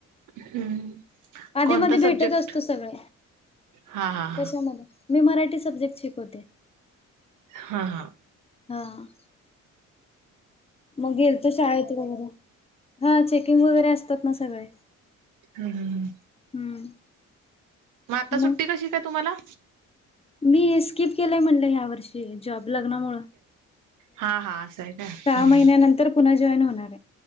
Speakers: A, on the right (about 85°); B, on the left (about 20°).
A: हम्म.
B: आदि
A: कोणता
B: मदि
A: सब्जेक्ट
B: भेटत असतो सगळ,
A: हा हा हा
B: कशामध्ये? मी मराठी सब्जेक्ट शिकवते.
A: हां हां.
B: हां. मग, गेल तो शाळेत वगैरे, हां चेकिंग वगैरे असतात ना सगळे.
A: ह्मं, हम्म
B: हम्म
A: म आता सुट्टी
B: मग
A: कशी काय तुम्हाला?
B: मी स्किप केलाय म्हणलं, ह्या वर्षी, जॉब, लग्नामुळ.
A: हां हां असंय का? ह्म,
B: महिन्यानंतर पुन्हा जॉईन होणार